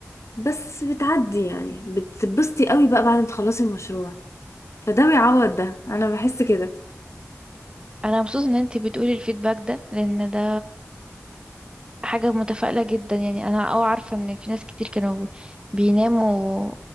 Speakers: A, on the left (about 70°); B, on the right (about 20°).
A: بس بتعدي يعني بتتبسطي قوي بقى بعد ما تخلصي المشروع فده بيعوض ده انا بحس كده
B: انا مبسوطة ان انتي بتقولي الفيدباك ده لان ده حاجة متفائلة جدا يعني انا اه عارفة ان في ناس كتير كانوا بيناموا